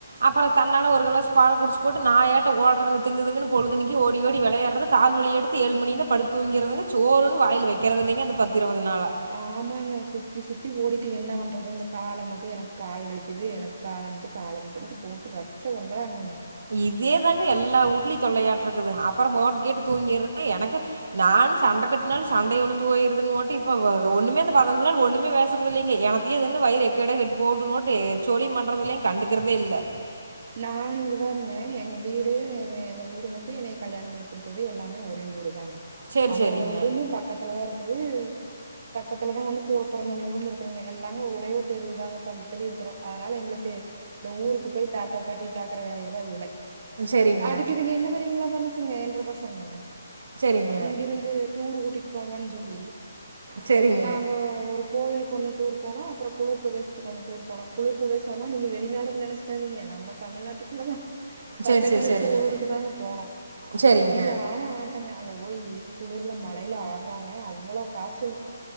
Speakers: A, on the right (about 65°); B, on the right (about 45°).
A: அப்பறோ தன்னால ஒரு கிளாஸ் பால் குடிச்சு போட்டு நாயாட்டோ ஓட்றதுங்க திங்கு திங்குன்னு பொழுதுனிக்கும் ஓடி ஓடி விளையார் றது கால்வலி எடுத்து ஏழு மணின்னா படுத்து தூங்கிற்றதுங்க சோறுன்னு வாயில வெக்கறது இல்லைங்க அந்த பத்து இருவது நாளா
B: ஆமாங்க சுத்தி சுத்தி ஓடிட்டு என்ன பண்றது இந்த காலமுக்கு எனக்கு கால் வலிக்குது எனக் கால் அமுத்து கால் அமுத்துன்ட்டு போட்டு ரச்ச பண்றாங்கங்க
A: இதே தாங்க எல்லா ஊட்லையு தொல்லையாட்ருக்குது அப்பறோ மோட் கேட் தூங்கிட்றாங்க எனக்கு நானும் சண்டை கட்னாலு சண்டை உழுந்து போயிருத்துன்னு போட்டு இப்ப ஒண்ணுமே இந்த பதினஞ்சு நாள் ஒண்ணுமே பேசறது இல்லைங்க எனக்கு தீயதுன்னு வயிறு எக்கேடோ கெட்டு போட்டும்ன்ட்டு போட்டு சோழியு பண்றதில்லங் கண்டுகிறதே இல்ல
B: நானு இங்கதாயிருந்தே எங்க வீட் டு எங்க எங்க வீடு வந்து என்ன கல்யாணம் பண்ணி குடுத்தது எல்லாமே ஒரே ஊரு தாங்க
A: சேரி
B: அம்மா
A: சேரிங்க
B: ஊடு ஒன்னு பக்கத்துலதா இருக்குது பக்கத்துலதா வந்து கூட பொறந்தவங்க ஊடும் இருக்குதுங்க எல்லாமே ஒரே தெருவுதாங்க தள்ளித்தள்ளி இருக்கறோஅதனால எங்களுக்கு இந்த ஊருக்கு போய் தாத்தா பாட்டி பாக்குற வேலையெல்லா இல்ல
A: சேரிங்க
B: அதுக்கு இதுங்க என்ன தெரியுங்களா பண்ணு ச்சிங்க என்ற பசங்கங்க
A: சேரிங்க
B: இங்கிருந்து டூரு கூட்டிட்டு போங்கன்னு சொல்லி
A: சரிங்க
B: நாங்க ஒரு கோயிலுக்கு ஒன்னு டூர் போனோ அப்புறோ குளிர் பிரதேசத்துக்கு ஒன்னு டூர் போனோ குளிர்பிரதேசன்னா நீங்க வெளிநாடுன்னு நெனைச்சிகாதீங்க நம் ம தமிழ்நாட்டுக்குள்ள தா பக்கத்துல
A: சரி சரி
B: இருக்கற
A: சரிங்க
B: ஊருக்கு தாங்க போனோ
A: சரிங்க
B: சரியான ஆ ட்டுங்க அங்க போயி குளிர்ல மழையில ஆட்றாங்க அவ்ளோ காச்சலு